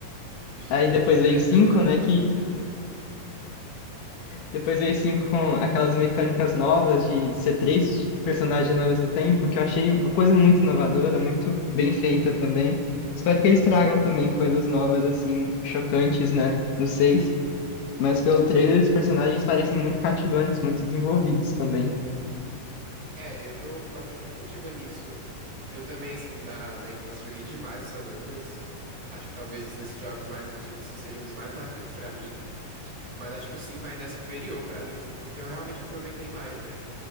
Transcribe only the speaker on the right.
<laughs>
Evento
canônico,
né? Isso aí.
É, eu tô com bastante expectativa nisso. Eu também, assim, na, na infância joguei demais o San Andreas. Acho que talvez os desses jogos mais antigos, assim, seja um dos mais marcantes pra mim. Mas acho que o 5 ainda é superior pra mim, assim, porque eu realmente aproveitei mais, né?